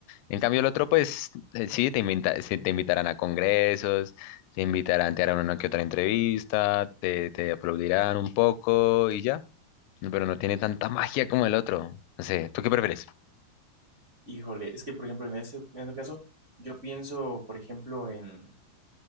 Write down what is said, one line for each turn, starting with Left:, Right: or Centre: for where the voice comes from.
Left: En cambio, el otro, pues eh, sí, te invita- sí, te invitarán a congresos, te invitarán, te harán una que otra entrevista, te, te aplaudirán un poco y ya. Pero no tiene tanta magia como el otro. No sé, ¿tú qué prefieres?
Right: Híjole, es que por ejemplo, en ese, en ese caso, yo pienso, por ejemplo, en,